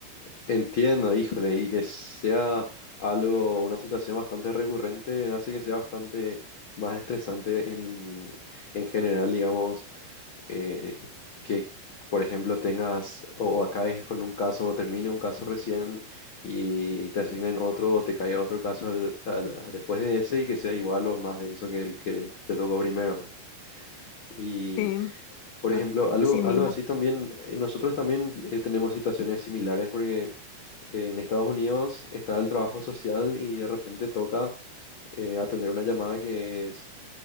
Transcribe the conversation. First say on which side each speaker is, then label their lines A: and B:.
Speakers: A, on the left; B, on the left.
A: entiendo, híjole, y que sea algo, una situación bastante recurrente, hace que sea bastante más estresante en, en general, digamos, eh, que, por ejemplo, tengas o acabes con un caso, o termine un caso recién y te asignen otro, o te caiga otro caso al- al- después de ese y que sea igual o más denso que el que te tocó primero, ¿no? Y
B: Sí,
A: Por ejemplo,
B: a-
A: algo,
B: así mismo.
A: algo así también, eh, nosotros también eh, tenemos situaciones similares porque eh, en Estados Unidos está el trabajo social y de repente toca eh, atender una llamada que es